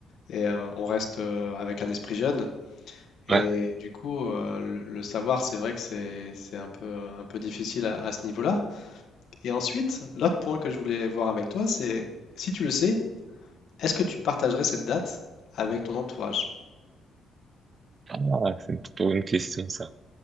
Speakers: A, on the left; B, on the right.
A: et euh, on reste euh, avec un esprit jeune. Et
B: ouais.
A: du coup, euh, le, le savoir, c'est vrai que c'est c'est un peu un peu difficile à à ce niveau-là. Et ensuite, l'autre point que je voulais voir avec toi, c'est si tu le sais, est-ce que tu partagerais cette date? avec ton entourage.
B: Ah, c'est une trop bonne question, ça.